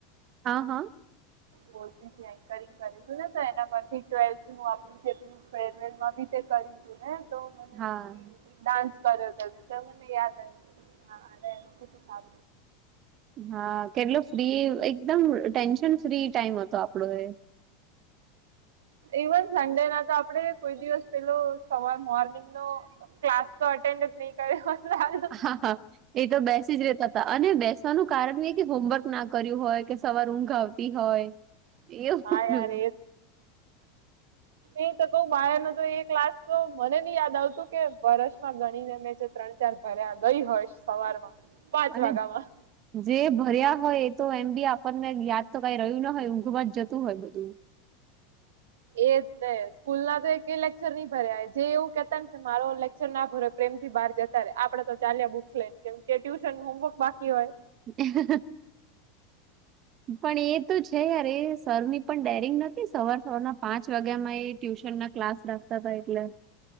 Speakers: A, on the right; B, on the right.
A: હા હા
B: બોલતી એકરિંગ કરેું ને તો એના પરથી ટ્વેલ્થ નું આપણું જે ફેરવેલ માં બી તે કરી હતું ને તો મને
A: હા
B: ડાન્સ કર્યો હતો તો મને યાદ આવેા એમાં સા
A: હા કેટલો ફ્રી એકદમ ટેન્શન ફ્રી ટાઈમ હતો આપડો એ
B: ઈવન સન્ડે ના તો આપણેે કોઈ દિવસ પેલો સવાર મોર્નિંગ નો ક્લાસ તો અટેન્ડ જ નહી કરે
A: હા હા એ તો બેસી જ રહેતા હતા અને બેસવાનું કારણ એ કે હોમવર્ક ના કર્યું હોય કે સવાર ઊંઘ આવતી હોય એવું
B: હા યાર
A: <unintelligible>
B: એ તો ક બહાર ન તો એ ક્લાસ તો મને ન યાદ આવતું કે વરષમાં ગણીને મેં જે ત્રણ ચાર ભરે ગઈ હોયશ સવારમાં પાંચ
A: અને
B: વાગ્યા માં
A: જે ભર્યા હોય એ તો એમ બી આપણને યાદ તો કઈ રહ્યું ન હોય ઊંઘમાં જ જતું હોય બધું
B: એ જ ન સ્કૂલ ના તો ક લેક્ચર નહી ભર્યા જે એવું કેતા કે મારો લેક્ચર ના ભ પ્રેમ થી બહાર જતા રે આપડે તો ચાલ્યા બુક્સ લઈને કેમ કે ટ્યુશન હોમવર્ક બાકી હોય
A: હ પણ એ તો છે યાર સરની પણ ડેરિંગ નથી સવાર સના પાંચ વાગ્યામાં એ ટ્યુશન ના ક્લાસ રાસ્તા ભ એટલે